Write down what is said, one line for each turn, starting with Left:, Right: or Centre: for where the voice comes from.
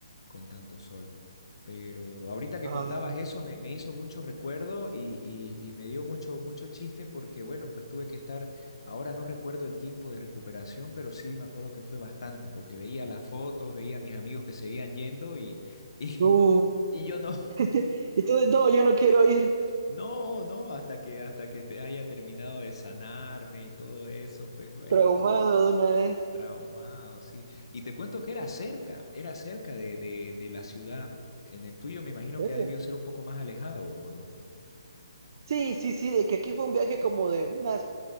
Left: Con tanto sol. Pero ahorita que
Right: Ay,
Left: contabas
Right: ay,
Left: eso me, me hizo mucho recuerdo y, y, y me dio mucho, mucho chiste porque, bueno, pues tuve que estar, ahora no recuerdo el tiempo de recuperación, pero sí me acuerdo que fue bastante porque veía las fotos, veía a mis amigos que seguían yendo y, y,
Right: Uh,
Left: <laughs> y yo no.
Right: <laughs> entonces no, ya no quiero ir
Left: No, no, hasta que, hasta que te haya terminado de sanarme y todo eso, pues bueno,
Right: traumado de una vez.
Left: traumado, sí. Y te cuento que era cerca, era cerca de, de, de la ciudad. En el tuyo me imagino
Right: ¿En
Left: que
Right: serio?
Left: ha debido ser un poco más alejado, ¿o no?
Right: Sí, sí, sí, de que aquí fue un viaje como de unas